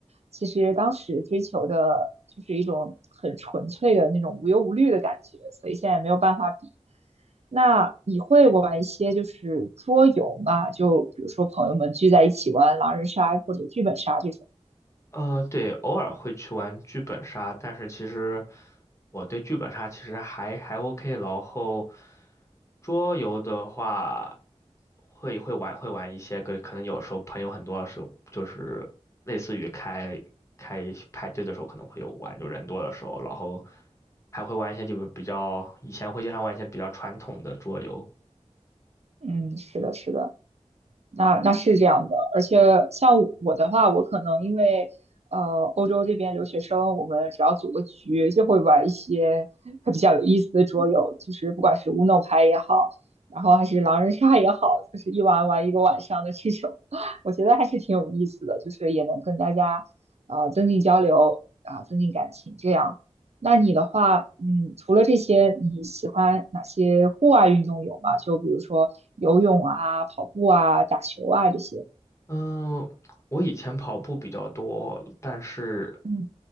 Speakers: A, on the right; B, on the left.
A: 其实当时追求的就是一种很纯粹的那种无忧无虑的感觉，所以现在没有办法比。那你会玩一些就是桌游吗？就比如说朋友们聚在一起玩狼人杀或者剧本杀这种。
B: 呃，对，偶尔会去玩剧本杀，但是其实我对剧本杀其实还还 OK。然后桌游的话，会会玩会玩一些个，可能有时候朋友很多的时候，就是类似于开开派对的时候可能会有玩，就人多的时候，然后还会玩一些就是比较以前会经常玩一些比较传统的桌游。
A: 嗯，是的，是的。那那是这样的，而且像我我的话，我可能因为呃欧洲这边留学生，我们只要组个局，就会玩一些还比较有意思的桌游，就是不管是 Uno 牌也好，然后还是狼人杀也好，就是一玩玩一个晚上的这种，<laughs> 我觉得还是挺有意思的，就是也能跟大家呃增进交流啊，增进感情这样。那你的话，嗯，除了这些，你喜欢哪些户外运动有吗？就比如说。游泳啊、跑步啊、打球啊这些。
B: 嗯，我以前跑步比较多，但是，
A: 嗯